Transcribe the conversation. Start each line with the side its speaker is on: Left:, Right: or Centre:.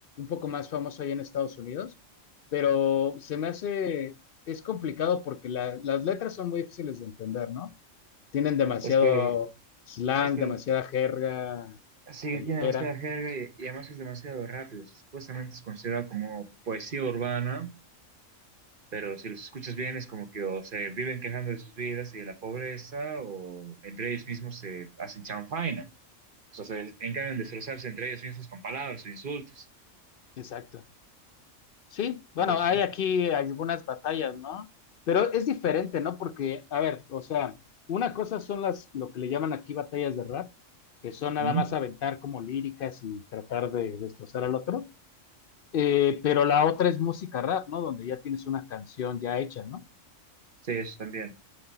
Left: poco más famoso ahí en Estados Unidos, pero se me hace, es complicado porque la- las letras son muy difíciles de entender, ¿no? Tienen demasiado
Right: Es que,
Left: slang,
Right: es que
Left: demasiada jerga
Right: sí,
Left: callejera.
Right: tiene demasiada jerga y, y además es demasiado rápido. O sea, supuestamente es considerado como poesía urbana, pero si los escuchas bien es como que o se viven quejando de sus vidas y de la pobreza, o entre ellos mismos se hacen chanfaina. O sea, se encargan de destrozarse entre ellos mismos con palabras o insultos.
Left: Exacto. Sí, bueno,
Right: Entonces,
Left: hay aquí algunas batallas, ¿no? Pero es diferente, ¿no? Porque, a ver, o sea, una cosa son las, lo que le llaman aquí batallas de rap, que son nada
Right: ujú,
Left: más aventar como líricas y tratar de destrozar al otro. eh, pero la otra es música rap, ¿no? Donde ya tienes una canción ya hecha, ¿no?
Right: sí, eso también.